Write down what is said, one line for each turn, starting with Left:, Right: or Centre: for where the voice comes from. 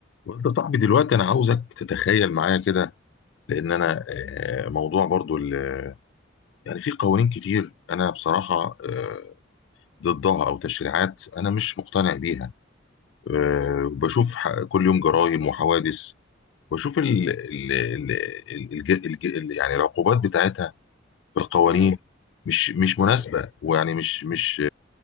Left: وانت صاحبي دلوقتي انا عاوزك تتخيل معايا كده لان انا
Centre: اه
Left: آه، موضوع برضو ال- يعني في قوانين كتير انا بصراحة آه، ضدها او تشريعات انا مش مقتنع بيها آه،
Centre: امم
Left: بشوف ح- كل يوم جرائم وحوادث بشوف ال
Centre: امم
Left: ال ال ال الج- الج- يعني العقوبات بتاعتها في القوانين
Centre: تمام
Left: مش مش
Centre: تمام
Left: مناسبة ويعني مش مش